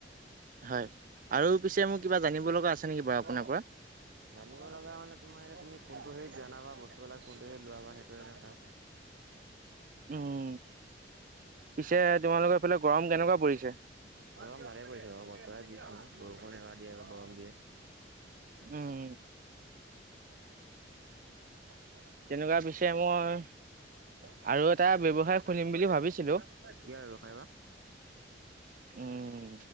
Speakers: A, on the right (about 45°); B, on the right (about 70°).
A: হয় আৰু পিছে মোৰ কিবা জানিব লগা আছে নেকি বাৰু আপোনাৰ
B: অ
A: পৰা?
B: জানিব লগা মানে তোমাৰ এয়া তুমি কোনটো হেৰি জনাবা বস্তুবিলাক কোনটো হেৰীত লোৱা বা সেইটো এটা
A: উম, পিছে তোমালোকৰ এইফালে গৰম কেনেকুৱা পৰিছে?
B: গৰম ভালে পৰিছে বাৰু বতৰে যি কৰে বৰষুণ এবাৰ দিয়ে এবাৰ গৰম দিয়ে
A: উম,
B: <unintelligible>
A: তেনেকুৱা পিছে মই
B: কিহৰ
A: আৰু এটা ব্যৱসায় খুলিম
B: ব্যৱসায়
A: বুলি ভাবিছিলো।
B: বা?
A: উম